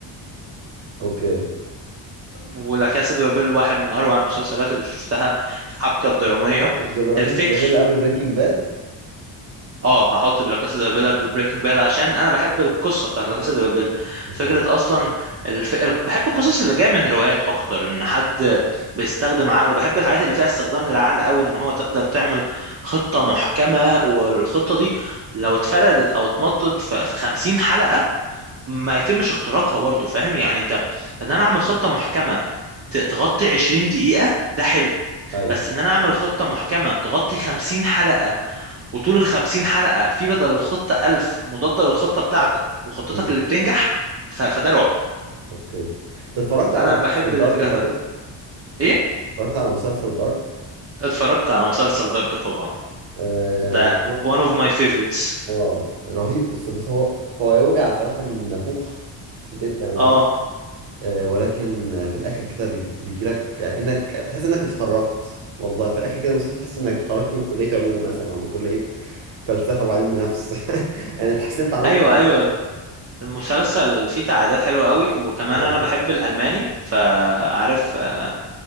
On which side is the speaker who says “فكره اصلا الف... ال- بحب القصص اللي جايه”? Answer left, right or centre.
Right